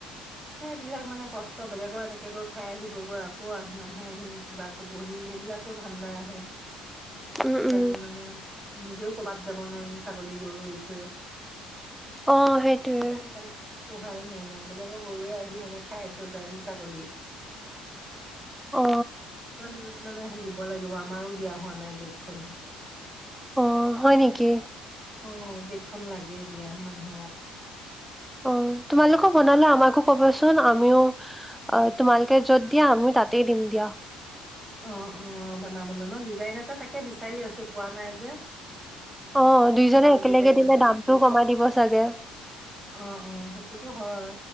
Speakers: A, on the right (about 25°); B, in the centre.
A: সেইবিলাক মানে কষ্ট বেলেগৰ এনেকে গৈ খাই আহিবগৈ আকৌ আহ মানুহে আহি কিবা ক'বহি সেইবিলাকো ধান্দা আহে।
B: উম
A: সেইকাৰণে
B: উম
A: মানে নিজেও কৰবাত যাব নোৱাৰিম ছাগলী গৰু এৰি থৈ।
B: অ সেইটোৱে।
A: সেইবিলাক সেইকাৰণে পোহাই নাই মই বেলেগৰ গৰুৱে আহি মানে খাই থৈ যায় হি ছাগলীৱে।
B: অ।
A: খন মানে দিব লাগিব আমাৰো দিয়া হোৱা নাই গেটখন।
B: অ হয় নেকি।
A: উম, গেটখন লাগে দিয়া মানুহ।
B: অ তোমালোকৰ বনালা আমাৰ কো কবাচোন আমিও অ তোমালোকে য'ত দিয়া আমিও তাতেই দিম দিয়া।
A: অ, অ বনাবলৈ ন ডিজাইন এটা তাকে বিচাৰি আছো পোৱা নাই যে।
B: অ দুইজনে
A: ভাল
B: একেলগে
A: ডিজাইন
B: দিলে
A: এটা
B: দামটোও কমাই দিব চাগে।
A: অ অ সেইটোতো হয়।